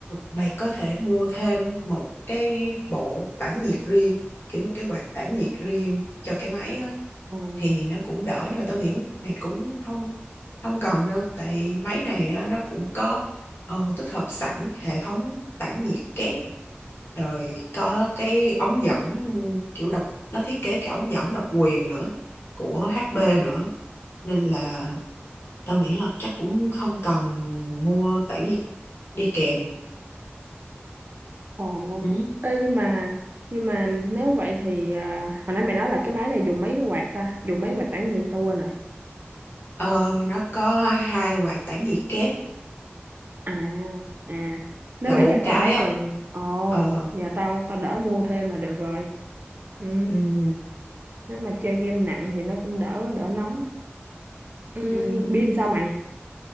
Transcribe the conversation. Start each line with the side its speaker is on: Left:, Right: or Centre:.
Left: mày có thể mua thêm một cái bộ tản nhiệt riêng kiểu một cái quạt tản nhiệt riêng cho cái máy á
Right: Ồ.
Left: thì nó cũng đỡ nhưng mà tao nghĩ mày cũng không không cần đâu tại máy này á, nó cũng có ờ, tích hợp sẵn hệ thống tản nhiệt kép rồi có cái ống dẫn kiểu độc nó thiết kế cái ống dẫn độc quyền nữa của HP nữa nên là tao nghĩ là chắc cũng không cần mua tản nhiệt đi kèm
Right: Ồ.
Left: ừ.
Right: Ê nhưng mà nhưng mà nếu vậy thì ờ, hồi nãy mày nói là cái máy này dùng mấy cái quạt ta? Dùng mấy quạt tản nhiệt tao quên rồi.
Left: ờ, nó có hai quạt tản nhiệt kép
Right: À à nếu
Left: là
Right: vậy
Left: bốn
Right: chắc
Left: cái
Right: tao không
Left: á
Right: cần. Ồ,
Left: ờ,
Right: giờ tao tao đỡ mua thêm là được rồi. Ừ,
Left: ừm,
Right: nếu mà chơi game nặng thì nó cũng đỡ đỡ nóng. Ừ,
Left: ừm,
Right: pin sao mày?